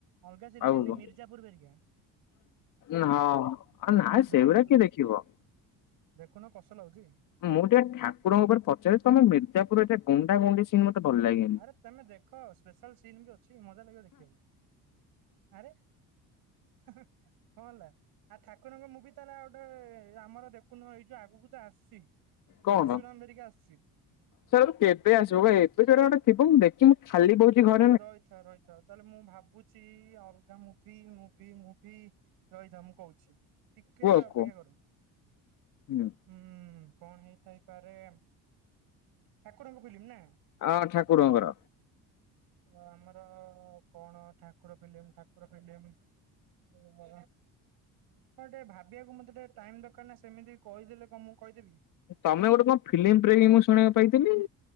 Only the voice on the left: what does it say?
ଆଉ
ହଁ
ନା ହଁ ଆଉ ନାଇଁ
ସେଇଗୁଡା କିଏ ଦେଖିବ।
ମୁଁ ଟିକେ ଠାକୁରଙ୍କ ଉପରେ ପଚାରିଲି ତମେ ମିର୍ଜାପୁର ଏଟା ଗୁଣ୍ଡା ଗୁଣ୍ଡି ସି ମତେ ଭଲ ଲାଗେନି।
କଣ
ସାର୍ ଏବେ କେବେ ଆସିବ ଭାଇ ଏବେ ଜୋରା ଗୋଟେ ଥିବ ମୁଁ ଦେଖ୍ କି ମୁଁ ଖାଲି <unintelligible> ନ
କୁହ
କୁହ
ହୁଁ
ଆ ଠାକୁରଙ୍କର
ତମେ ଗୋଟେ କଣ ଫିଲ୍ମ୍ ପ୍ରେମି ମୁଁ ଶୁଣିବାକୁ ପାଇଥିଲି?